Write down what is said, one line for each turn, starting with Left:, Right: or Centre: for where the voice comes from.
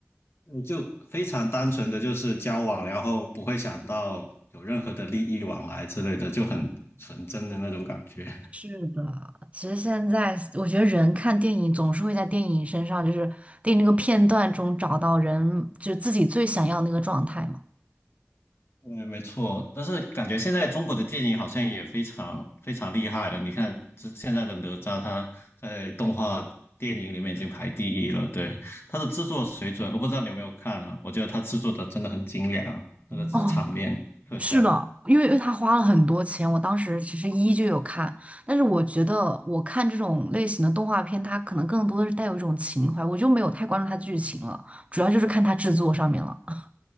Left: 你就非常单纯的就是交往，然后不会想到有任何的利益往来之类的，就很纯真的那种感觉。
Right: 是的，其实现在我觉得人看电影总是会在电影身上，就是电影那个片段中找到人，就是自己最想要的那个状态嘛。
Left: 嗯，没错，但是感觉现在中国的电影好像也非常非常厉害了。你看，这现在的哪吒，他在动画电影里面已经排第一了。对，他的制作水准，我不知道你有没有看啊？我觉得他制作的真的很精良，那个场面特效，
Right: 哦，是的，因为因为他花了很多钱，我当时其实一就有看，但是我觉得我看这种类型的动画片，它可能更多的是带有一种情怀，我就没有太关注它剧情了，主要就是看它制作上面了。<laughs>